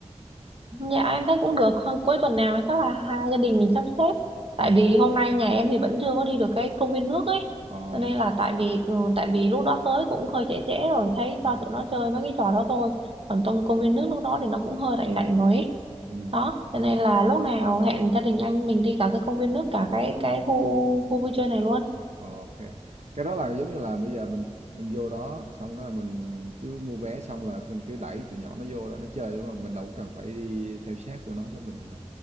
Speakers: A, on the right (about 55°); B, on the right (about 75°).
A: Dạ em thấy cũng được, Hơn cuối tuần nào chắc là hai gia đình mình sắp xếp. Tại
B: Ừm,
A: vì hôm nay nhà em thì vẫn chưa có đi được cái công viên nước ấy.
B: ờ,
A: Cho nên là tại vì ừ, tại vì lúc đó tới cũng hơi trễ trễ rồi, thấy
B: ừ
A: cho tụi nó chơi mấy cái trò đó thôi. Còn trong công viên nước lúc đó thì nó cũng hơi lạnh lạnh rồi ấy
B: ừm.
A: đó cho nên là lúc nào hẹn gia đình anh mình đi cả cái công viên nước cả cái cái khu khu vui chơi này luôn
B: OK. Cái đó là giống như là bây giờ mình mình vô đó xong đó là mình cứ mua vé xong là mình cứ đẩy tụi nhỏ nó vô đó nó chơi đúng không? Mình đâu cần phải đi theo sát tụi nó để mình, à,